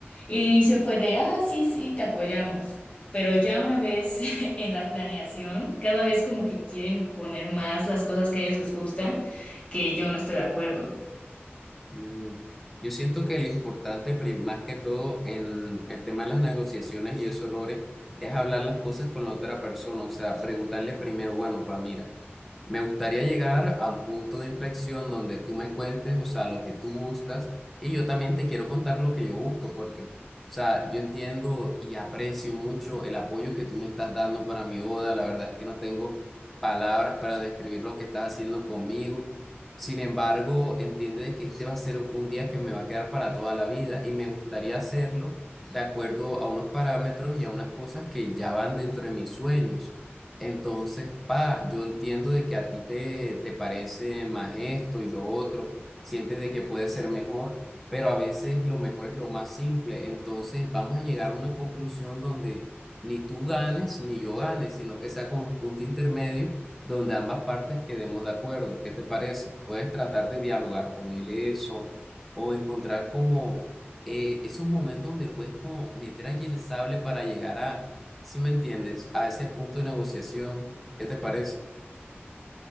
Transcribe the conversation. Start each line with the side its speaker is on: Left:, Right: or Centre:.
Left: Y el inicio fue de, ah, sí, sí, te apoyamos. Pero ya una vez <laughs> en la planeación, cada vez como que quieren poner más las cosas que a ellos les gusta, que yo no estoy de acuerdo.
Centre: Mm, Yo siento que lo importante, prim- más que todo, en el tema de las negociaciones y eso, Lore, es hablar las cosas con la otra persona, o sea, preguntarle primero, bueno, pa, mira. Me gustaría llegar a un punto de inflexión donde tú me cuentes, o sea, lo que tú buscas y yo también te quiero contar lo que yo busco, porque, o sea, yo entiendo y aprecio mucho el apoyo que tú me estás dando para mi boda. La verdad es que no tengo palabras para describir lo que estás haciendo conmigo. Sin embargo, entiende de que este va a ser un día que me va a quedar para toda la vida y me gustaría hacerlo de acuerdo a unos parámetros y a unas cosas que ya van dentro de mis sueños. Entonces, pa, yo entiendo de que a ti te, te parece más esto y lo otro, sientes de que puede ser mejor, pero a veces lo mejor es lo más simple. Entonces, vamos a llegar a una conclusión donde ni tú ganes ni yo gane, sino que sea como un punto intermedio donde ambas partes quedemos de acuerdo. ¿Qué te parece? Puedes tratar de dialogar con él eso o encontrar como eh, esos momentos donde puedes como meter allí el sable para llegar a si me entiendes, a ese punto de negociación, ¿qué te parece?